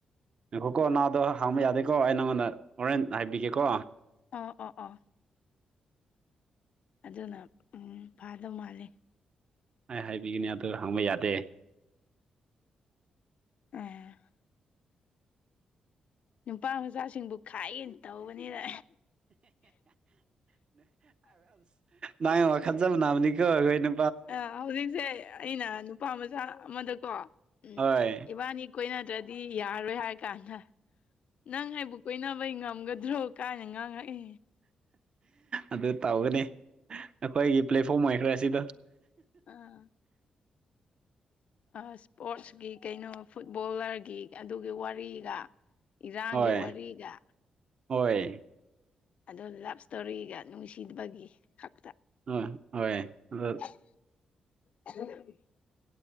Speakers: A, on the right; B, on the left.
A: ꯌꯦꯡꯈꯣꯀꯣ ꯅꯥꯗꯣ ꯍꯥꯡꯕ ꯌꯥꯗꯦꯀꯣ ꯑꯩ ꯅꯪꯉꯣꯟꯗ ꯍꯣꯔꯦꯟ ꯍꯥꯏꯕꯤꯒꯦꯀꯣ
B: ꯑꯣ ꯑꯣ ꯑꯗꯨꯅ ꯐꯥꯗꯧ ꯃꯥꯜꯂꯤ
A: ꯑꯩ ꯍꯥꯏꯕꯤꯒꯅꯤ ꯑꯗꯨ ꯍꯪꯕ ꯌꯥꯗꯦ
B: <unintelligible> ꯅꯨꯄꯥ ꯃꯆꯥꯁꯤꯡꯕꯨ ꯈꯥꯏꯑꯦꯅ ꯇꯧꯕꯅꯤꯕ
A: ꯅꯪꯒ ꯋꯥꯈꯜ ꯆꯥꯄ ꯃꯟꯅꯕꯅꯤꯀꯣ ꯑꯩꯈꯣꯏ ꯑꯣꯏꯅ
B: ꯑ ꯍꯧꯖꯤꯛꯁꯦ ꯑꯩꯅ ꯅꯨꯄꯥ ꯃꯆꯥ ꯑꯃꯗꯀꯣ ꯎꯝ
A: ꯍꯣꯏ
B: ꯏꯕꯥꯅꯤ ꯈꯣꯏꯅꯗ꯭ꯔꯗꯤ ꯌꯥꯔꯔꯣꯏ ꯍꯥꯏ ꯀꯥꯟꯗ ꯅꯪ ꯑꯩꯕꯨ ꯀꯣꯏꯅꯕꯩ ꯉꯝꯒꯗ꯭ꯔꯣ ꯀꯥꯏꯅ ꯉꯥꯡꯉꯛꯏ
A: ꯑꯗꯨ ꯇꯧꯒꯅꯤ ꯑꯩꯈꯣꯏꯒꯤ ꯄ꯭ꯂꯦꯠꯐꯣꯝ ꯑꯣꯏꯈ꯭ꯔꯦ ꯁꯤꯗꯣ
B: ꯑꯥ ꯏꯁꯄꯣꯔꯠꯁꯀꯤ ꯀꯩꯅꯣ ꯐꯨꯠꯕꯣꯂꯔꯒꯤ ꯑꯗꯨꯒꯤ ꯋꯥꯔꯤꯒ ꯏꯔꯥꯡꯒꯤ
A: ꯍꯣꯏ
B: ꯋꯥꯔꯤꯒ
A: ꯍꯣꯏ
B: ꯑꯗꯨ ꯂꯞ ꯏꯁꯇꯣꯔꯤꯒ ꯅꯨꯡꯁꯤꯕꯒꯤ ꯈꯛꯇ
A: ꯑ ꯍꯣꯏ ꯑꯗꯨ
B: ꯍ